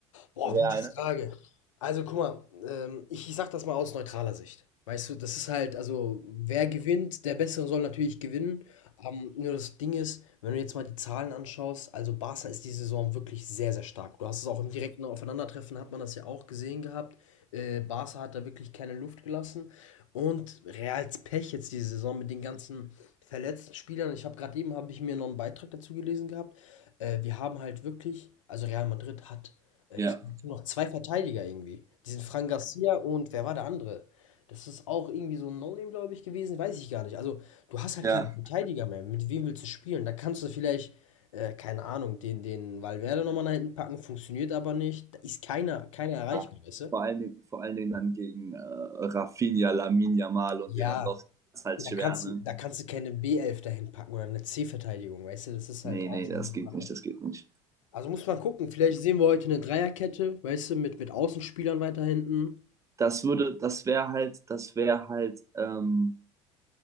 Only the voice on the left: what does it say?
Boah,
gute Frage.
Also guck mal, ähm, ich, ich sag das mal aus neutraler Sicht. Weißt du, das ist halt, also wer gewinnt, der Bessere soll natürlich gewinnen. Ähm, nur das Ding ist, wenn du jetzt mal die Zahlen anschaust, also Barca ist die Saison wirklich sehr, sehr stark. Du hast es auch im direkten Aufeinandertreffen, hat man das ja auch gesehen gehabt. Äh, Barca hat da wirklich keine Luft gelassen. Und Reals Pech jetzt diese Saison mit den ganzen verletzten Spielern. Ich habe gerade eben, habe ich mir noch einen Beitrag dazu gelesen gehabt. Äh, wir haben halt wirklich, also Real Madrid hat äh,
ich nur noch zwei Verteidiger irgendwie. Diesen Fran Garcia und wer war der andere? Das ist auch irgendwie so ein No-Name, glaube ich, gewesen, weiß ich gar nicht. Also, du hast halt
keinen Verteidiger mehr. Mit wem willst du spielen? Da kannst du vielleicht, äh, keine Ahnung, den, den Valverde nochmal nach hinten packen, funktioniert aber nicht. Da ist keiner, keiner erreichbar,
weißt du?
Ja,
da
kannst
du, da kannst du keine b elf dahin packen oder eine C-Verteidigung, weißt du, das ist
halt auch
schon
so eine
Sache.
Also muss man gucken, vielleicht sehen wir heute eine Dreierkette, weißt du, mit, mit Außenspielern weiter hinten.